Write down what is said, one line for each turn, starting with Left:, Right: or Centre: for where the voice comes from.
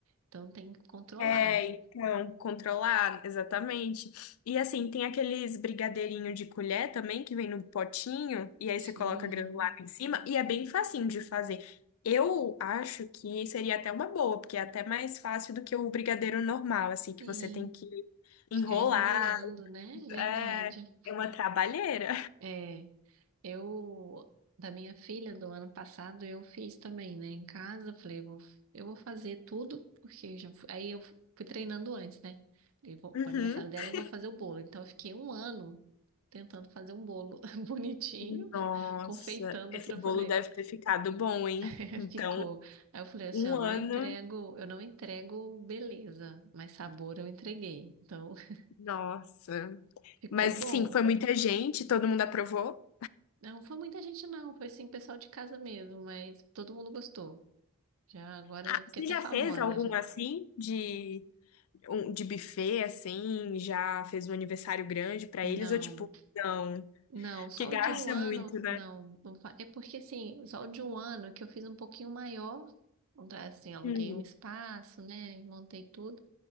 Right: então tem que controlar.
Left: É, então, controlar, exatamente. E assim, tem aqueles brigadeirinho de colher também, que vem no potinho, e aí você
Right: Sim,
Left: coloca granulado em cima, e é bem facinho de fazer. Eu acho que seria até uma boa, porque é até mais fácil do que o brigadeiro normal, assim, que
Right: sim.
Left: você tem que enrolar.
Right: Ficar enrolando, né? Verdade.
Left: É, é uma trabalheira.
Right: É. Eu, da minha filha do ano passado, eu fiz também, né? Em casa, falei, vou, eu vou fazer tudo, porque eu já fui, aí eu fui treinando antes, né? Falei, vou,
Left: <laughs>
Right: pro aniversário dela eu vou fazer o bolo. Então eu fiquei um ano tentando fazer um bolo <laughs> bonitinho,
Left: Uhum. Nossa,
Right: confeitando
Left: esse
Right: para
Left: bolo
Right: poder.
Left: deve ter ficado bom, hein?
Right: <laughs>
Left: Então,
Right: Ficou. Aí eu falei assim,
Left: um
Right: eu não
Left: ano,
Right: entrego, eu não entrego beleza, mas sabor eu entreguei. Então <laughs>
Left: nossa.
Right: ficou
Left: Mas
Right: bom.
Left: sim, foi muita gente, todo mundo aprovou.
Right: Não foi muita gente não, foi assim, pessoal de casa mesmo, mas todo mundo gostou. Já agora
Left: Ah,
Right: eu fiquei
Left: você
Right: até
Left: já
Right: famosa
Left: fez algum
Right: já.
Left: assim de um, de buffet assim, já fez um aniversário grande pra
Right: Não,
Left: eles ou tipo, não,
Right: não, só
Left: que gasta
Right: o de um ano,
Left: muito, né?
Right: não, não fa- é porque assim, só o de um ano que eu fiz um pouquinho maior, assim, aluguei
Left: Hum,
Right: um espaço, né, montei tudo,